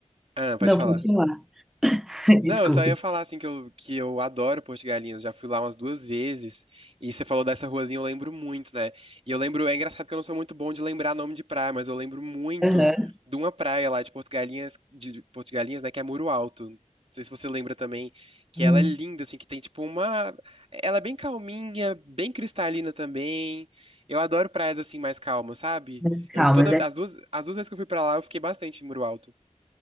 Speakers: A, on the right; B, in the centre.
A: Ah, pode
B: Não,
A: falar.
B: pode lá. <laughs> Desculpe.
A: Não, eu só ia falar assim que eu, que eu adoro Porto de Galinhas, já fui lá umas duas vezes, e você falou dessa ruazinha, eu lembro muito, né? E eu lembro, é engraçado que eu não sou muito bom de lembrar nome de praia, mas eu lembro muito
B: Aham.
A: de uma praia lá de Porto de Galinhas, de Porto de Galinhas, né, que é Muro Alto. Não sei se você lembra também, que
B: Hum,
A: ela é linda, assim, que tem tipo uma. Ela é bem calminha, bem cristalina também. Eu adoro praias assim mais calmas, sabe?
B: Mas calma,
A: Eu toda. As duas, as duas vezes que eu fui pra lá, eu fiquei bastante em Muro Alto.